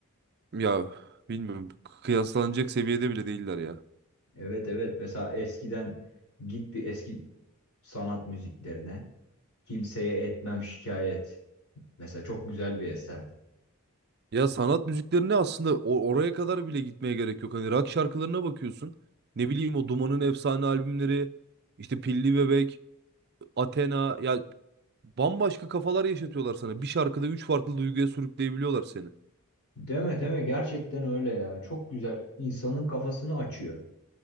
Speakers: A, on the right (about 45°); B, on the left (about 75°).
A: ya bilmiyorum kıyaslanacak seviyede bile değiller ya.
B: Evet evet mesela eskiden git bir eski sanat müziklerine. Kimseye etmem şikayet. Mesela çok güzel bir eserdi.
A: Ya sanat müziklerine aslında o- oraya kadar bile gitmeye gerek yok. Hani rock şarkılarına bakıyorsun. Ne bileyim o Duman'ın efsane albümleri, işte Pilli Bebek, Athena ya bambaşka kafalar yaşatıyorlar sana. Bir şarkıda üç farklı duyguya sürükleyebiliyorlar seni.
B: Değil mi değil mi? Gerçekten öyle ya. Çok güzel. İnsanın kafasını açıyor.